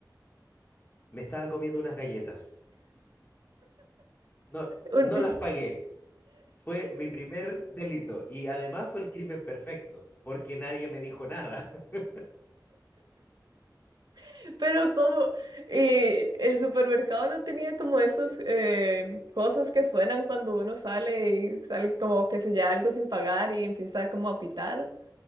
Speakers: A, on the left (about 30°); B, on the right (about 75°).
A: me estaba comiendo unas galletas. No,
B: <laughs> Un-
A: no las pagué. Fue mi primer delito y además fue el crimen perfecto porque nadie me dijo nada. <laughs>
B: <laughs> pero como eh, el supermercado no tenía como esos eh, cosas que suenan cuando uno sale y sale como que se lleva algo sin pagar y empieza como a pitar.